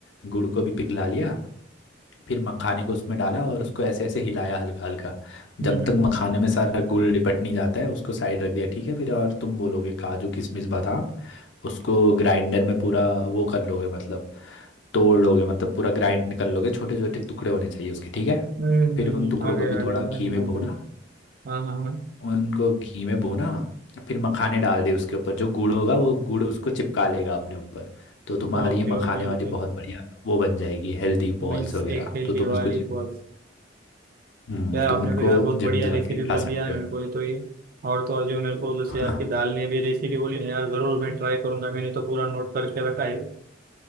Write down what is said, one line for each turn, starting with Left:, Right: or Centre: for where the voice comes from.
Left: गुड़ को भी पिघला लिया फिर मखाने को उसमें डाला और उसको ऐसे ऐसे हिलाया हल्का हल्का
Right: हम्म
Left: जब
Right: हम्म
Left: तक मखाने में सारा गुड़ लिपट नहीं जाता है उसको साइड रख दिया ठीक है फिर और तुम बोलोगे काजू किशमिश बादाम उसको ग्राइंडर में पूरा वो कर लोगे मतलब तोड़ लोगे मतलब पूरा ग्राइंड कर लोगे छोटे छोटे टुकड़े होने चाहिए उसके ठीक है
Right: हम्म हम्म,
Left: फिर
Right: हम्म,
Left: उन
Right: हम्म,
Left: टुकड़ों
Right: आ
Left: को
Right: गए
Left: भी
Right: आ गए
Left: थोड़ा
Right: बहन
Left: घी में
Right: आ
Left: भूना
Right: गए हाँ हाँ हाँ
Left: उनको घी में भूना फिर मखाने डाल दिए उसके ऊपर जो गुड़ होगा वो गुड़ उसको चिपका लेगा अपने ऊपर तो तुम्हारी
Right: Okay
Left: ये मखाने
Right: okay
Left: वाली
Right: okay
Left: बहुत बढ़िया वो बन जाएगी हेल्दी बॉल्स
Right: मीन्स
Left: वगैरह
Right: एक हेल्दी
Left: तो तुम
Right: वाली
Left: इसको जिम
Right: बॉल
Left: हम्म,
Right: यार आपने
Left: तुम इनको
Right: तो यार बहुत
Left: जिम
Right: बढ़िया
Left: जाके
Right: रेसिपी बोल
Left: खा
Right: दी
Left: सकते
Right: यार
Left: हो
Right: मेरे को ये तो ये और तो और जो मेरे को दूसरी
Left: <laughs>
Right: आपकी
Left: हाँ
Right: दाल ने भी रेसिपी बोली ना यार जरूर मैं ट्राई करूंगा मैंने तो पूरा नोट करके रखा है